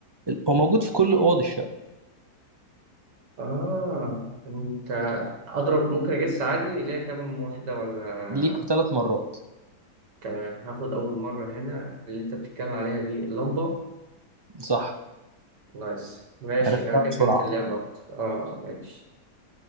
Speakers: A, on the right (about 30°); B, on the right (about 85°).
A: هو موجود في كل أوض الشقة
B: آه أنت أضرب ممكن أجس عادي ليها كام واحدة ولا
A: ليك ثلاث مرات
B: تمام هاخد أول مرة هنا اللي أنت بتتكلم عليها دي اللمبة
A: صح
B: نايس ماشي
A: عرفتها
B: أنا كده
A: بسرعة
B: فهمت اللعبة أكتر آه ماشي